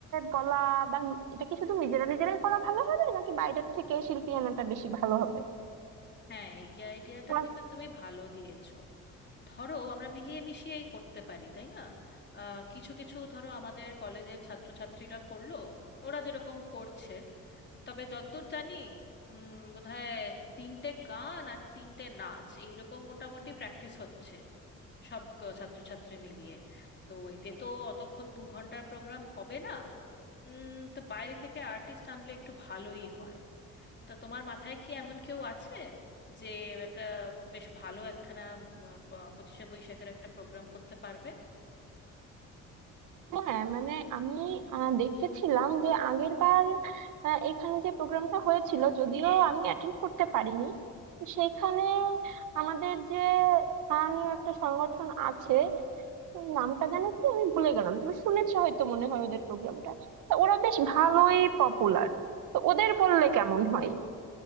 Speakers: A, on the right; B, on the left.
A: বলা বা নি- এটা কি শুধু নিজেরা নিজেরাই করা ভালো হবে নাকি বাইরের থেকে শিল্পী আনাটা বেশি ভালো হবে
B: হ্যাঁ এই আইডিয়াটা
A: আমার-
B: কিন্তু তুমি ভালো দিয়েছো ধরো আমরা মিলিয়ে মিশিয়েই করতে পারি তাই না আহ, কিছু কিছু ধরো আমাদের কলেজের ছাত্রছাত্রীরা করলো ওরা যেরকম করছে তবে যদ্দূর জানি উম, বোধহয় তিনটে গান আর তিনটে নাচ এইরকম মোটামুটি প্র্যাকটিস হচ্ছে সব ক- ছাত্রছাত্রী মিলিয়ে তো এতে তো অতক্ষণ দু ঘন্টার প্রোগ্রাম হবে না উম, তো বাইরে থেকে আর্টিস্ট আনলে একটু ভালোই হয় তা তোমার মাথায় কি এমন কেউ আছে যে একটা বেশ ভালো একখানা উম, প- পঁচিশে বৈশাখের একটা প্রোগ্রাম করতে পারবে
A: হ্যাঁ মানে আমি আহ, দেখেছিলাম যে আগের বার আহ, এখানে যে প্রোগ্রামটা হয়েছিল যদিও আমি অ্যাটেন্ড করতে পারিনি সেখানে আমাদের যে স্থানীয় একটা সংগঠন আছে এই নামটা জানো কি আমি ভুলে গেলাম তুমি শুনেছো হয়তো মনে হয় ওদের প্রোগ্রামটা ওরা বেশ ভালোই পপুলার তো ওদের বললে কেমন হয়